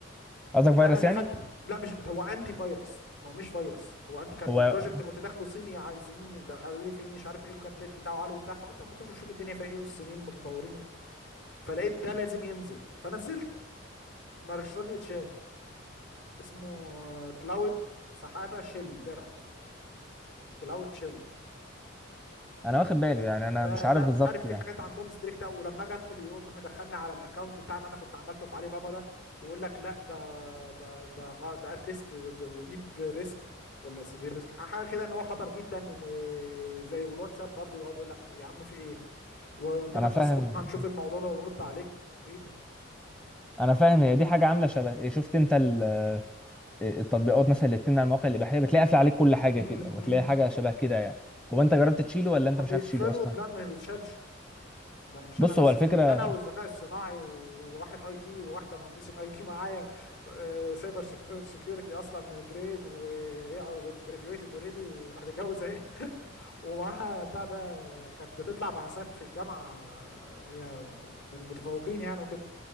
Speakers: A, in the centre; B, on the left (about 55°).
A: قصدك فيروس
B: أنا دخلت
A: يعني
B: لا مش هو أنتي فيروس هو مش فيروس هو أنتي كان
A: هو
B: بروجكت كنت داخله صيني عايزين ده قالوا لي فيه مش عارف إيه وكان الريت بتاعه عالي وبتاع فقلت أما أخش أشوف الدنيا فيها إيه والصينيين متطورين و... فلقيت ده لازم ينزل فنزلته مش راضي يتشال اسمه آه، كلاود سحابة شيل درع كلاود شيل
A: انا واخد بالي يعني انا
B: ده
A: مش عارف
B: ده مش
A: بالظبط
B: عارف في
A: يعني
B: حاجات عندهم ستريكت قوي ولما اجي ادخل يقوم راح مدخلني على الاكونت بتاع اللي انا كنت عملته في علي بابا ده ويقول لك لا ده ده ده غ- ده ات ريسك وديب ريسك ولا سيفير ريسك حاجه كده ان هو خطر جدا وزي والواتساب برضه يقعد يقول لك يا عم في ايه وقدامك
A: انا فاهم
B: اسبوع هنشوف الموضوع ده ونرد عليك ايه ده
A: انا فاهم هي دي حاجه عامله شبه إيه، شفت انت ال- إيه، التطبيقات مثلا اللي بتمنع المواقع الاباحيه بتلاقي قافله عليك كل حاجه
B: امم
A: كده وتلاقي
B: امم
A: حاجه شبه كده يعني هو انت جربت تشيله ولا
B: هما
A: انت مش
B: بيقفلوا
A: عارف تشيله اصلا
B: لا ما بيتشالش ده انا مش
A: بص
B: انا بس
A: هو الفكره
B: ده ده انا والذكاء الصناعي وواحد اي تي وواحده مهندسه اي تي معايا آه، سايبر سيكيورتي اصلا جريد واي ار جراديويتد اوريدي وهتتجوز اهي <laughs> ومعاها بتاع ده كانت بتطلع بعثات في الجامعه آه، هي من المتفوقين يعني وكده